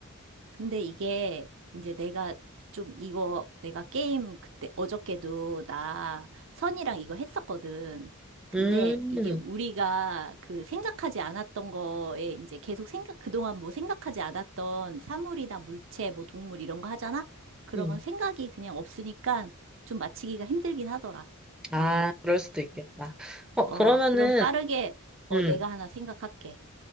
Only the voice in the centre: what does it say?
음,
음.
아,
그럴 수도 있겠다. 어,
그러면은,
음.